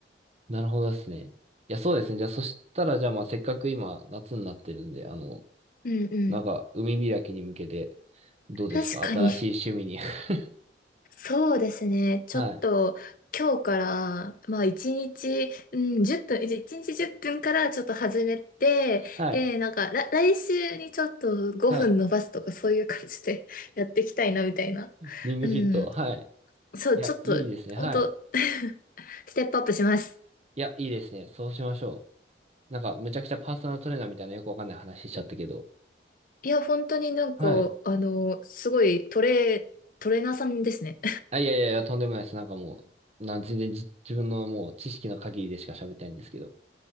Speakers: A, on the right (about 35°); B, on the left (about 50°).
A: なるほどですね。いや、そうですね。じゃあ、そしたら、じゃあ、まあ、せっかく今、夏になってるんで、あの、
B: うんうん。
A: なんか、海開きに向けて、どうですか新しい趣味に。
B: 確かに。
A: <laughs>
B: そうですね。ちょっと今日から、
A: はい。
B: まあ一日、うん、1分、一一日10分からちょっと始めて、
A: はい。
B: で、なんか、ら来週にちょっと5分伸ばすとかそういう感じで
A: はい。
B: <laughs> やっていきたいなみたいな。
A: リングフィット。
B: うん。
A: はい。
B: そう、
A: いや、
B: ちょっと、
A: いいですね。
B: ほんと
A: はい。
B: <laughs> ステップアップします。
A: いや、いいですね。そうしましょう。なんか、むちゃくちゃパーソナルトレーナーみたいなよくわかんない話しちゃったけど。
B: いや、本当になんか、
A: はい。
B: あの、すごいトレ、トレーナーさんですね。
A: あ、いやいやいや、とんでもないです。なんかもう、なん、全然じ自分のもう知識の限りでしか喋ってないんですけど。